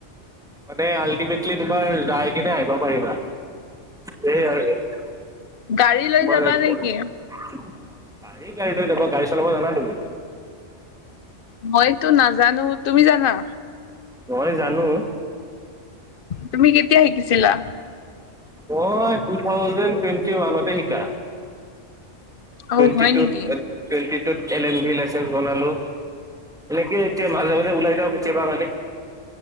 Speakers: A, in the centre; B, on the left.
A: মানে আল্টিমেটলি তোমাৰ যাই কিনে আহিব পাৰিবা সেই আৰুেম
B: গাড়ী লৈ যাবা
A: এক
B: নেকি
A: ভ গাই ল তোব গাই চল ম জ ন তুমি
B: মইতো নাজানো তুমি জানা
A: নই জানো
B: তুমি কেতিয়া শিকিছিলা
A: মই টু থাউজেণ্ড টুৱেণ্টি ওৱানতে শিকা
B: অ
A: টুৱেটি
B: হয়
A: টত
B: নেকি
A: টুৱেটি টত এল এম ভ লাইচেন্ঞ্চ বনালো এনেকেতিয়া ওলাইেেইবানে